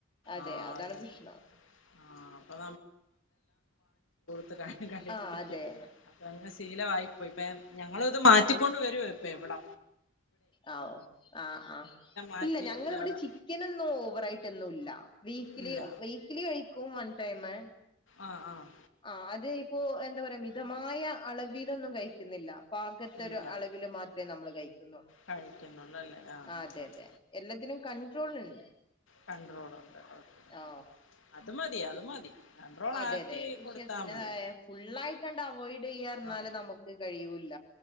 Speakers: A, on the left; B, on the left.
A: അതെ
B: ആഹ്
A: അതാണ്
B: അതെ
A: പ്രശ്നം.
B: ആഹ് അപ്പൊ <unintelligible>
A: ആ അതെ
B: തീയില വായി പോയി പെമ്ഞ്ഞ ഞങ്ങളത് മാറ്റിക്കൊണ്ട് വരോ ഇപ്പ ഇ വിടാ
A: ആ ഓ ആ ആ
B: മാറ്റി
A: ഇല്ല ഞങ്ങളിവിടെ
B: ഏഹ്
A: ച്ചി ക്കനൊന്നും ഓവറായിട്ടൊന്നുല്ല വീക്കിലി
B: ഇല്ല
A: വീക്കിലി കഴി ഉം വൺ ടൈമ്
B: ആഹ് ആഹ്
A: ആ അത് ഇപ്പോ എന്താ പറയാ മിതമായ അളവിലൊന്നും കഴിക്കുന്നില്ല പാകത്തെ
B: ഇല്ല
A: ഒരു അളവിൽ മാത്രമേ നമ്മൾ കഴിക്കുന്നൊള്ളൂ
B: കഴിക്കുന്നുള്ളല്ലേ ആഹ്
A: ആ
B: ആഹ്
A: അതെ
B: ആഹ്
A: അതെ എല്ലത്തിനും കൺട്രോള് ഇണ്ട്
B: കൺട്രോളുണ്ട് ഓക്കെ
A: ഓ
B: അത് മതി അത് മതി കൺട്രോൾ
A: അതെ
B: ആക്കി
A: അതെ വിശപ്പിന്റെതായ
B: കൊടുത്താ മതി
A: ഫുള്ളായിട്ട്ണ്ട് അവോയ്ഡ് ചെയ്യാന്ന് ഞ്ഞാൽ
B: ആഹ്
A: നമുക്ക് കഴിയൂല്ല